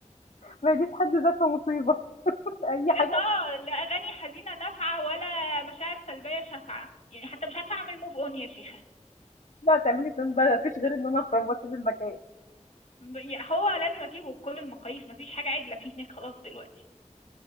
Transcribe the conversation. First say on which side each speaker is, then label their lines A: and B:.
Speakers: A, on the left; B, on the left.
A: ما هي دي في حد ذاتها مصيبة، <laughs> أي
B: بجد
A: حاجة
B: اه لا أغاني حزينة نافعة ولا مشاعر سلبية شافعة يعني حتى مش عارفة أعمل موف أون يا شيخة
A: هتطلعي تعملي فين بقى، ما فيش غير إن أنا أخرب وأسيب المكان.
B: ب- يعني هو لازم أسيبه بكل المقاييس مفيش حاجة عدلة فيه هناك خلاص دلوقتي